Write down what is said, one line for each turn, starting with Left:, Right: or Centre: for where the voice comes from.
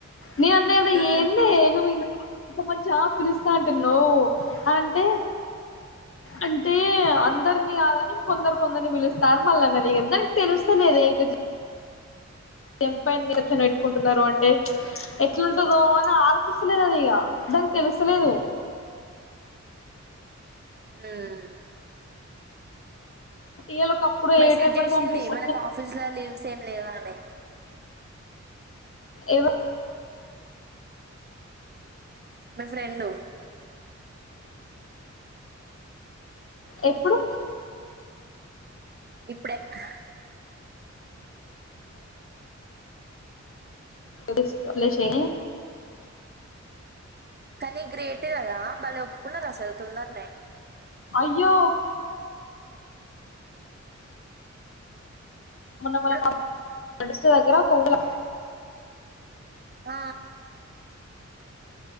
Left: న అన్నయ్యదా
Right: ఉమ్
Left: ఏంద ఏను మీ అంత మంచిగా పిలుస్తా అంటు నువ్వు అంటే అంటే అందరిని కాదని కొందరు కొందరిని పిలుస్తారు మళ్ళనేది కదా దానికి తెలుస్తలేద ఇట్ తెంపైన నిదచన పెట్టుకుంటున్నారు అంటే ఎట్లాంటందో అని ఆలోచిస్తలేదు అది ఇక దానికి తెలుసలేదు
Right: ఆ
Left: టీఎల్ ఒకప్పుడు
Right: మెసేజ్
Left: ఏ టైం వరకు
Right: చేసింది
Left: పంపిస్తారు
Right: మనకు ఆఫీస్ లో లీవ్ సేమ్ లేవానే
Left: ఎవరు
Right: మీ ఫ్రెండ్
Left: ఎప్పుడు
Right: ఇప్పుడే హా
Left: వదిలేశెయ్
Right: కానీ గ్రేట్ కదా బలే ఒప్పుకున్నారు అసలు తొందరనే
Left: అయ్యో మొన్న
Right: ఇప్పుడు
Left: వాళ్ల ఫ్రెండ్ దగ్గర ఒక ఊర్ల
Right: అ